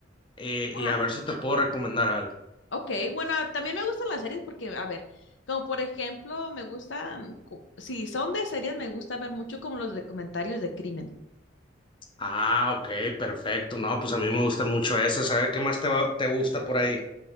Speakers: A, on the left; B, on the left.
A: eh,
B: Ajá.
A: y a ver si te puedo recomendar algo.
B: Ok, bueno, también me gustan las series porque, a ver, como por ejemplo, me gustan, co- si son de series, me gusta ver mucho como los documentarios de crimen.
A: Ah, ok, perfecto. No, pues a mí me gustan mucho esas. A ver qué más te, va- te gusta por ahí.